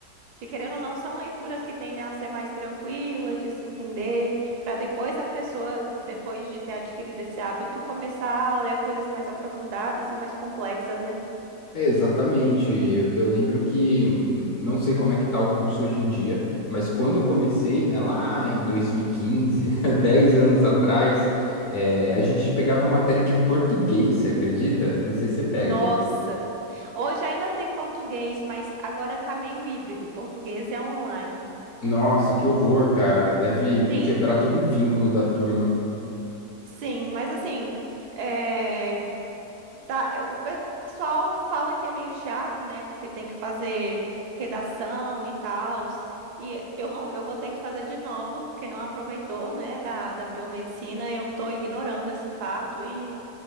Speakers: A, on the right; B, on the left.
A: Que querendo ou não, são leituras que tendem a ser mais tranquilas, de se entender, para depois a pessoa, depois de ter adquirido esse hábito, começar a ler coisas mais aprofundadas e mais complexas, né?
B: É, exatamente. Eu, eu lembro que, hum, não sei como é que tá o curso hoje em dia, mas quando eu comecei, né, lá em dois mil e quinze <laughs> 10 anos atrás, é, a gente pegava matéria de português, você acredita? Não sei se você pega
A: Nossa!
B: aí.
A: Hoje ainda tem português, mas agora tá meio híbrido. Português é online.
B: Nossa, que horror, cara. Deve
A: Sim,
B: quebrar todo o vínculo da turma.
A: sim, mas assim. eh, Tá, é, o pe- pessoal fala que é meio chato, né? Porque tem que fazer redação e tal. E eu não, eu vou ter que fazer de novo, porque não aproveitou, né, da, da biomedicina. Eu tô ignorando esse fato e